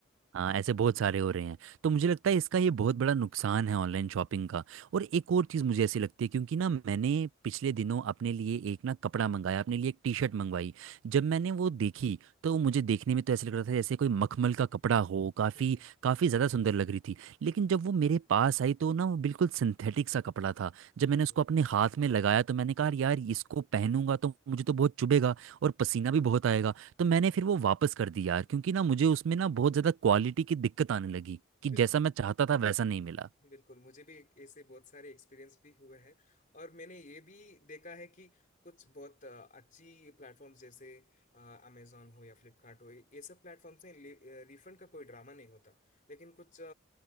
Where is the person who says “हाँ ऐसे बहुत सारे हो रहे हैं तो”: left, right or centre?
Right